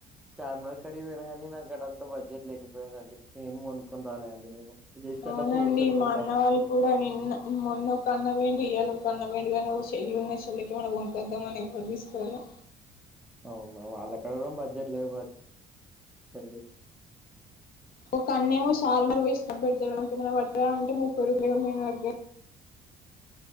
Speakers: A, in the centre; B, on the left.
A: చార్మినార్ కాటికి పోయినగాని నాకు అడ అంతా బడ్జెట్ లేకపోయాదండి మేము కొనుక్కొని రాలే అండి నేను జస్ట్
B: అవునండి
A: అట్లా చూసి వచ్చేసా.
B: మా అన్న వాళ్ళు కూడా నిన్న మొన్న ఒక అన్నపోయిండు ఇయాల కన్న పోయిండు గానీ ఒక చెల్లి ఉన్నది చెల్లకి ఏమైనా కొనుక్కుందాం అని ఏం తెచ్చుకోరాలే
A: అవునా వాళ్ళైనా బడ్జెట్ లేవు రండి
B: ఒక అన్నే ఏమో చార్మినార్ పోయి స్నాప్ పెడతాడు నాక్ ఏమయినా పట్కర అంటే ముప్పై రూపాయలు ఏమన్నా ఏ